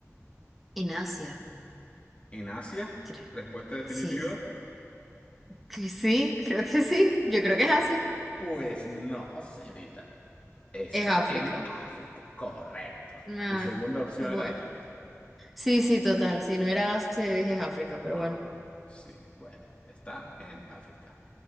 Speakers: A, in the centre; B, on the left (about 25°).
A: En Asia,
B: ¿En Asia?
A: creo.
B: Respuesta definitiva.
A: Sí, que sí, creo que sí. Yo creo que es Asia.
B: Pues no, señorita. Está
A: Es África.
B: en África, correcto.
A: Ah,
B: Tu segunda opción
A: bueno.
B: era África.
A: Sí, sí, total. Si no era Asia, yo dije es África, pero
B: Ah,
A: bueno.
B: sí, bueno, está en África.